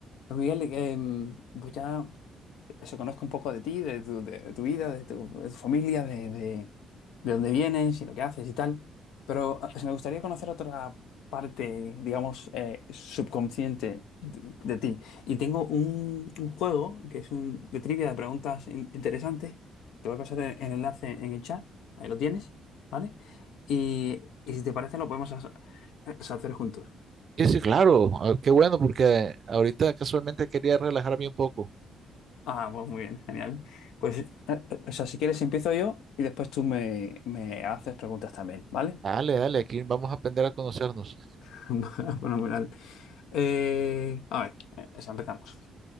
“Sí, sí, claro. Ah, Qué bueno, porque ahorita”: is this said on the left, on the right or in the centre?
Right